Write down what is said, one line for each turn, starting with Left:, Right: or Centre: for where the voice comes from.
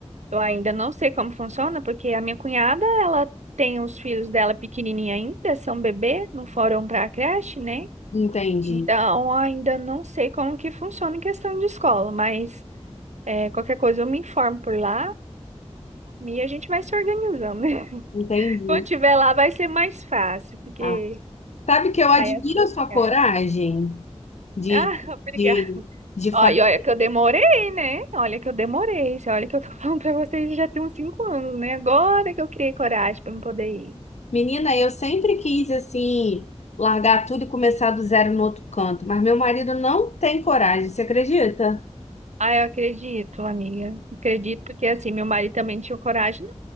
Right: Eu ainda não sei como funciona, porque a minha cunhada, ela tem os filhos dela pequenininha ainda, são bebê, não foram para a creche, né?
Left: Entendi.
Right: Então, ainda não sei como que funciona em questão de escola, mas é, qualquer coisa eu me informo por lá e a gente vai se organizando. <laughs>
Left: Entendi.
Right: Quando tiver lá vai ser mais fácil, porque
Left: Ah, sabe que eu admiro
Right: aí é coisas
Left: a sua coragem
Right: viajam.
Left: de,
Right: Ah, <laughs> obrigada.
Left: de, de fazer
Right: Ó, e olha que eu demorei, né? Olha que eu demorei. Você Olha que eu tô <laughs> falando pra vocês já tem uns cinco anos, né? Agora que eu criei coragem pra me poder ir.
Left: Menina, eu sempre quis assim largar tudo e começar do zero no outro canto, mas meu marido não tem coragem, você acredita?
Right: Ah, eu acredito, amiga. Acredito, porque assim, meu marido também não tinha coragem,